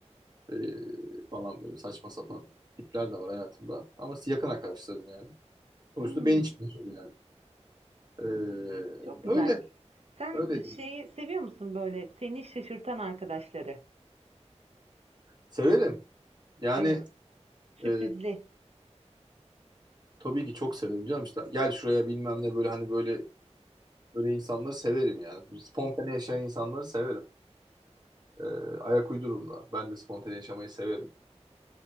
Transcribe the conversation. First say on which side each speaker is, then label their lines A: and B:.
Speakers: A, on the right; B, on the right.
A: Ee, falan böyle saçma sapan tipler de var hayatımda. Ama yakın arkadaşlarım yani.
B: Hımm,
A: Sonuçta ben içmiyorum yani. Ee,
B: çok güzel.
A: öyle.
B: Sen,
A: Öyle
B: ııı,
A: değil.
B: şeyi seviyor musun, böyle, seni şaşırtan arkadaşları?
A: Severim. Yani
B: Evet, sürprizli.
A: e, tabii ki çok severim canım işte. Gel şuraya bilmem ne böyle hani böyle böyle insanları severim yani. Spontane yaşayan insanları severim. Ee, ayak uydururum da. Ben de spontane yaşamayı severim.